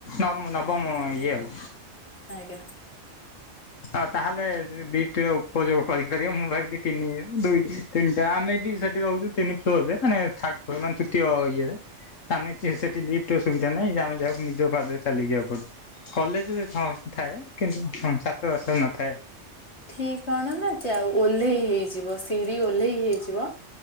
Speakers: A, on the left; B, on the left.
A: ନବ ନବମ
B: ଆଜ୍ଞା
A: ଇଏ ଆଉ
B: ଆଜ୍ଞା।
A: ଆଉ ତାହେଲେ ଲିଫ୍ଟ ର ଉପଯୋଗ କରି କରି ମୁଁ ଭାବିଲି ତିନି, ଦୁଇ ତିନିଟା ଆମେ ବି ସେଠି ରହୁଛୁ ତିନି ଫ୍ଲୋରରେ ମାନେ ଥାର୍ଡ ଫ୍ଲୋର ମାନେ ତୃତୀୟ ଇଏରେ ଆମେ ସେଠି ଲିପଟ ର ସୁବିଧା ନାହିଁ ଯେ ଆମେ ଯାଉ ଯୋଉ ପାଦ ରେ ଚାଲିକି ଯିବାକୁ ପଡୁଚି କଲେଜରେ ହଁ ଥାଏ କିନ୍ତୁ ଛାତ୍ର ବାସ ରେ ନଥାଏ।
B: ଠିକ କଣ ନା ଯାଉ ଓହ୍ଲେଇ ହେଇଯିବ ସିଡିି ଓହ୍ଲେଇ ହେଇଯିବ